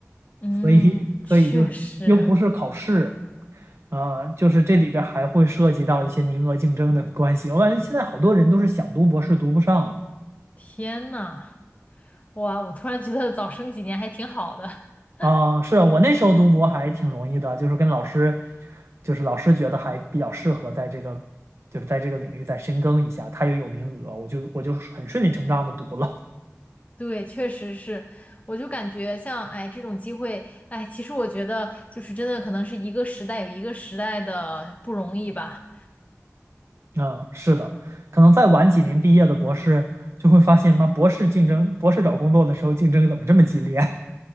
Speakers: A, on the left (about 30°); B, on the right (about 60°).
A: 嗯，
B: 所以所以就是又不是考试，
A: 确实，
B: 啊，就是这里边儿还会涉及到一些名额竞争的关系。我感觉现在好多人都是想读博士读不上了。
A: 天呐，哇，我突然觉得早生几年还挺好的。<laughs>
B: 啊，是我那时候读博还挺容易的，就是跟老师，就是老师觉得还比较适合在这个，就是在这个领域再深耕一下，他也有名额，我就我就很顺理成章的读了。
A: 对，确实是，我就感觉像哎这种机会，哎，其实我觉得就是真的可能是一个时代有一个时代的不容易吧。
B: 嗯，是的，可能再晚几年毕业的博士就会发现，妈，博士竞争，博士找工作的时候竞争怎么这么激烈？